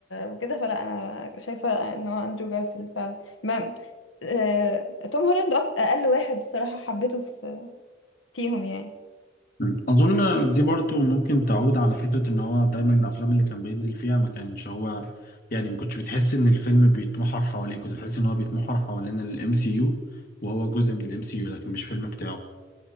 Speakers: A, on the left (about 85°); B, on the left (about 50°).
A: وكده فلا أنا شايفة إن هو أندرو جارفيلد فعلا ما آه... توم هولاند أكتر... أقل واحد بصراحة حبيته في... فيهم يعني
B: مم. أظن دي برضو ممكن تعود على فكرة إن هو دايما الأفلام اللي كان بينزل فيها ما كانش هو يعني ما كنتش بتحس إن الفيلم بيتمحور حواليه كنت بتحس إن هو بيتمحور حوالين الام سي يو وهو جزء من الام سي يو لكن مش فيلم بتاعه